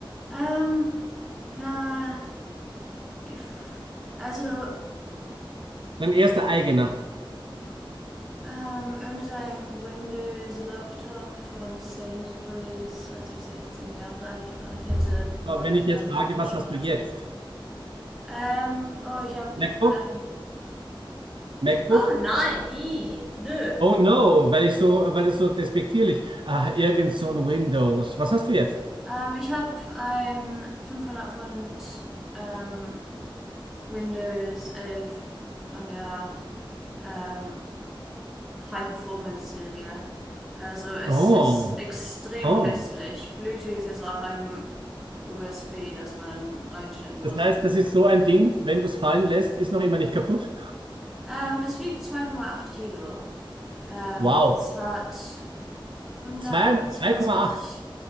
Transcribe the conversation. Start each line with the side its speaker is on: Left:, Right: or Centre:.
Centre: ähm, na, ich, also,
Right: Dein erster eigener?
Centre: ähm, irgendein Windows-Laptop von Sainsbury's, als ich 16 Jahre alt war. Ich hatte monatelang
Right: So, Wenn ich jetzt frage,
Centre: dafür gespart.
Right: was hast du jetzt?
Centre: Ähm, oh, ich hab,
Right: MacBook?
Centre: ähm,
Right: MacBook?
Centre: Oh nein, i, nö.
Right: Oh no, weil ich so, weil es so despektierlich. Ah, irgend so ein Windows. Was hast du jetzt?
Centre: ähm, ich hab ein 500 Pfund, ähm, Windows 11 von der, ähm, High-Performance-Serie. Also es
Right: Oh,
Centre: ist extrem
Right: oh.
Centre: hässlich. Bluetooth ist auf einem USB, das man reinstecken
Right: Das
Centre: muss.
Right: heißt,
Centre: Also,
Right: das ist so ein Ding, wenn du es fallen lässt, ist noch immer nicht kaputt.
Centre: ähm, es wiegt 2,8 Kilo. Ähm,
Right: Wow.
Centre: es hat 128
Right: Zwei- Komma acht.